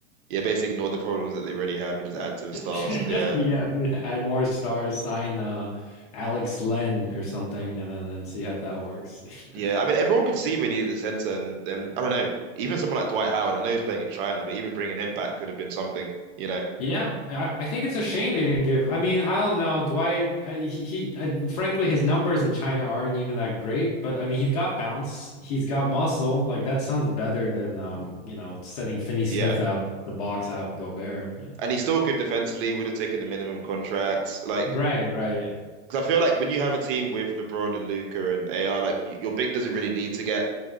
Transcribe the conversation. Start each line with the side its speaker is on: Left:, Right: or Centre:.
Right: Yeah, basically ignore the problems that they already have and just add to the
Left: <laughs>
Right: stars. Yeah.
Left: Yeah, add more stars, sign uh Alex Len or something, and then and see if that works. <laughs>
Right: Yeah. I mean, everyone could see they needed a center and then I don't know. Even someone like Dwight Howard, I know he's playing in China, but even bringing him back could have been something, you know.
Left: Yeah, I, I think it's a shame they didn't give. I mean, I don't know, Dwight. I, he, he I, frankly, his numbers in China aren't even that great. But I mean, he's got bounce, he's got muscle. Like that sounds better than um, you know, sending Finney Smith
Right: Yeah.
Left: out the box out with Gobert. You know,
Right: And he's still good defensively, would have taken the minimum contracts. Like,
Left: right, right.
Right: because I feel like when you have a team with LeBron and Luca and AR, like y- your big doesn't really need to get